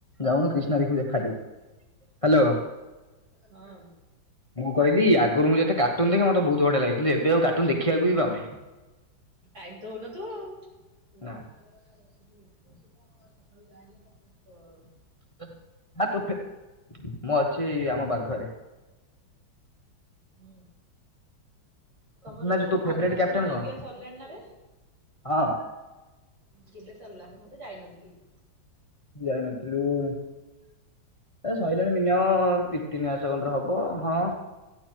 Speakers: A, on the left; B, on the right.
A: ଯାଉନୁ କ୍ରିଷ୍ଣା ଦେଇକୁ ଦେଖାଯିବ। ହ୍ୟାଲୋ
B: ହଁ
A: ମୁଁ କହିଲି ଆଗରୁ ମୁଁ ଯେତେ କାର୍ଟୁନ ଦେଖ ମତେ ବହୁତ ବଢିଆ ଲାଗେ କିନ୍ତୁ ଏବେ ଆଉ କାର୍ଟୁନ୍ ଦେଖିବାକୁ ବି ପାଉନି।
B: ଟାଇମ ତ ହଉନଥିଵ। ପୁରୁଣା
A: ନା
B: ଚାଉଳ <unintelligible> ସକାଳୁ ଯାହାହଲେ କଣ କରିଥିଵ।
A: <unintelligible> ମୁଁ ଅଛି ଆମ ବାଗ ଘରେ
B: ହୁଁ। ତମର
A: ନା
B: ଏଥର
A: ତୋ ଫେବରାଇଟ
B: ଭାଗୁଆଛେଣି
A: କ୍ୟାପଟେନ
B: ଜଙ୍ଘୟ
A: କଣ?
B: ସରିଲାଣି ରେ
A: ହଁ
B: କେବେ ସରିଲା ମୁଁ ତ ଯାଇନଥିଲି। <inaudible>
A: ଯାଇନଥିଲୁ ଏ ସରିଲାଣିିନି ମିନିମ୍ ତିନି ମାସ କନ୍ଧର ହବ ହଁ।